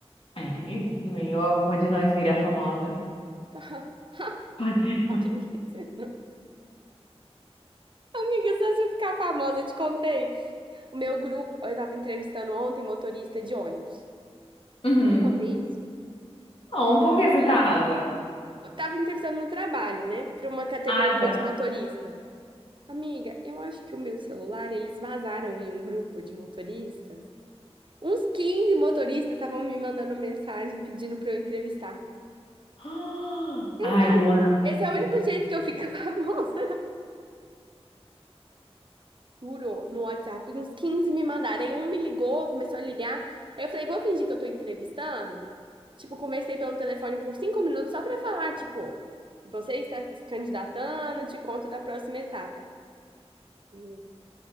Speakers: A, on the left; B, on the right.
A: É, tem isso também. Ou alguma de nós vira famosa. <laughs>
B: <laughs>
A: Pode.
B: Aqui não quer dizer, não. Amiga, só se eu ficar famosa, eu te contei. O meu grupo, eu tava entrevistando ontem motorista de ônibus.
A: Uhum.
B: Contei isso?
A: Não, por que você
B: Aí,
A: tava?
B: eu tava entrevistando no trabalho, né? Pra uma categoria
A: Ah, tá.
B: de motorista. Amiga, eu acho que o meu celular, eles vazaram em um grupo de motoristas. Uns 15 motoristas estavam me mandando mensagem pedindo para eu entrevistar.
A: <gasps> Ah,
B: Tem
A: Ai,
B: mais?
A: Luana, não acredito.
B: Esse é o único jeito que eu fico <laughs> famosa. Juro, no WhatsApp, uns 15 me mandaram. Aí um me ligou, começou a ligar. Aí eu falei, vou fingir que eu tô entrevistando. Tipo, conversei pelo telefone por cinco minutos só pra falar, tipo, você está se candidatando, te conto da próxima etapa. Juro.